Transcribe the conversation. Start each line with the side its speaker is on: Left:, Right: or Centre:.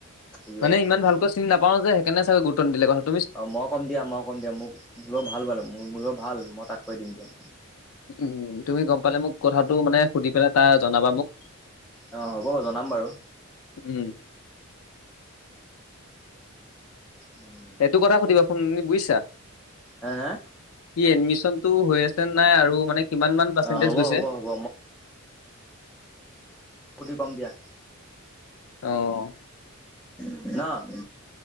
Centre: বুজি পাব
Left: মানে
Centre: তেতিয়া।
Left: ইমান ভালকৈ চিনি নাপাওঁ যে সেই কাৰণে চাগে গুৰুত্ব নিদিলে কথাটো
Centre: অ মই কম দিয়া মই কম দিয়া মোক লগত ভাল বাৰু মোৰ লগত ভাল মই তাত কৈ দিম দিয়া।
Left: উম তুমি গম পালে মোক কথাটো মানে সুধি পেলাই তাৰ জনাবা মোক
Centre: অ হ'ব বাৰু জনাম বাৰু।
Left: উম,
Centre: উম,
Left: সেইটো কথা সুধিবা শুন বুজিছা
Centre: হে হে
Left: কি এডমিচন টো হৈ আছে নাই আৰু মানে কিমান মান পাৰ্চেণ্টেজ
Centre: অ' হ'ব
Left: গৈছে
Centre: হ'ব হ'ব খুলি কম দিয়া
Left: অহ
Centre: অহ